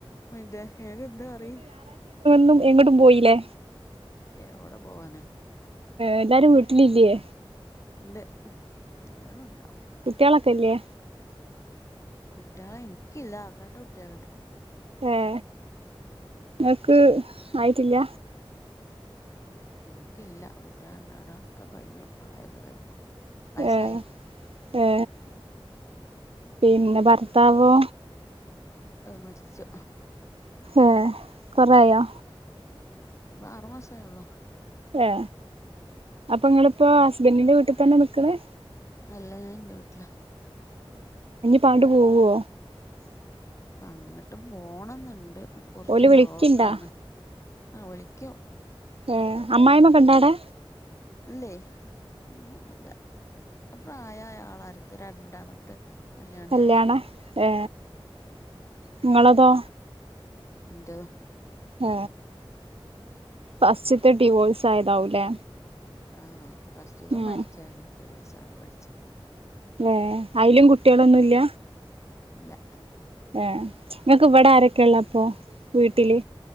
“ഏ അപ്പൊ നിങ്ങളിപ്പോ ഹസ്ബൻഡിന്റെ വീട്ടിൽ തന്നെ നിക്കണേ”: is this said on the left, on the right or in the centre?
Right